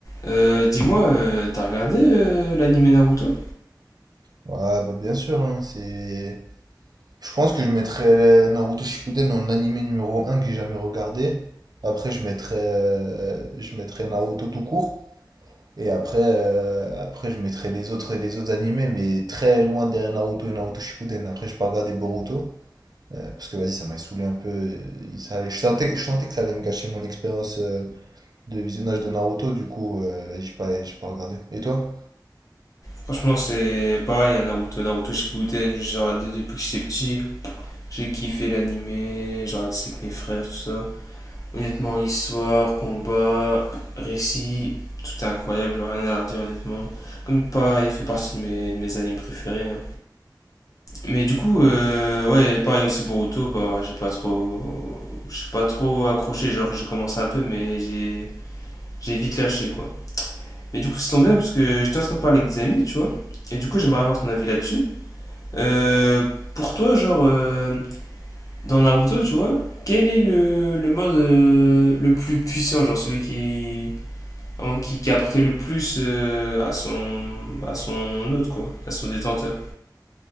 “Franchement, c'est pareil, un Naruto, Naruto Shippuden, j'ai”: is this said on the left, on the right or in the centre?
Left